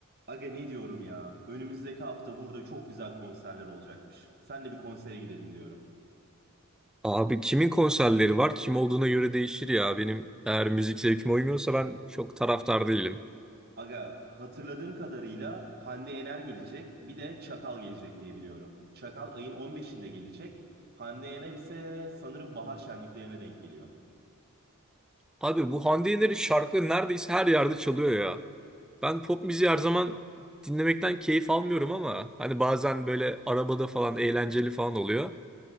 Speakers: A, on the right; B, in the centre.
A: Aga ne diyorum ya? Önümüzdeki hafta burada çok güzel konserler olacakmış. Senle bir konsere gidelim diyorum.
B: Abi kimin konserleri var? Kim olduğuna göre değişir ya. Benim eğer müzik zevkime uymuyorsa ben çok taraftar değilim.
A: Aga hatırladığım kadarıyla Hande Yener gelecek. Bir de Çakal gelecek diye biliyorum. Çakal ayın 15'inde gelecek. Hande Yener ise sanırım bahar şenliklerine denk geliyor.
B: Abi bu Hande Yener'in şarkıları neredeyse her yerde çalıyor ya. Ben pop müziği her zaman dinlemekten keyif almıyorum ama hani bazen böyle arabada falan eğlenceli falan oluyor.